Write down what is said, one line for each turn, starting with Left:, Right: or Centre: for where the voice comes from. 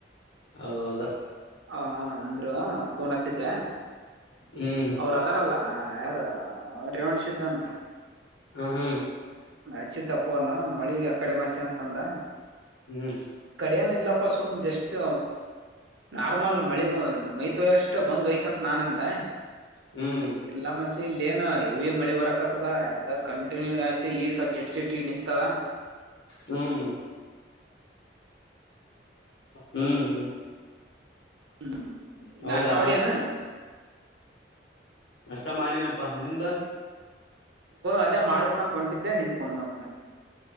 Left: ಹೌದೌದ
Right: ಹ ಅಂದ್ರು ಪಫೋನ್ ಹಚ್ಚಿದ್ದೆ
Left: ಹ್ಮ್
Right: ಅವರು ಅದಾರಲ್ಲ ಯಾರು ರೇವಣ್ ಸಿದ್ಧಾಂತ
Left: ಹ್ಮ ಹ್ಮ
Right: ಹಚ್ಚಿದಿದ್ದಪ್ಪನು ಮಳಿ ಅಕಡೆ ಮಂಚೆ ಅಂತಂದ
Left: ಹ್ಮ್
Right: ಏನ ಇಲ್ಲಪ್ಪ ಸುಮ್ನೆ ಜಸ್ಟ್ ನಾರ್ಮಲ್ ಮಳಿ ಮೈತ ಅಷ್ಟೆ ಬಂದು್ಹೋಯ್ತಂತ ನಾನಂದ
Left: ಹ್ಮ್
Right: ಎಲ್ಲ ಮತ್ತೆ ಇಲ್ಲ ಏನು ಇ ಮಳಿ ಬರಕತದ ಎಸ್ ಕಂಟಿನ್ಯೂ ಆಯ್ತ ಈ ಸ ಜಟ್ ಜಟ್ಟಿ ನಿಂತವ
Left: ಹ್ಮ್ ಹ್ಮ್
Right: ಹ್ಮ್
Left: ಹೌದಾ
Right: ನಾಷ್ಟ ಮಾಡ್ಯಾನ
Left: ಅಷ್ಟ ಮಾಡನಪ್ಪಾ ನಿಮ್ದ
Right: ಅದೇ ಮಾಡ್ಬೇಕಂತ ಹೊಂಟಿದ್ದೆ ನಿನ್ಫಂದ್ ಬಂತನ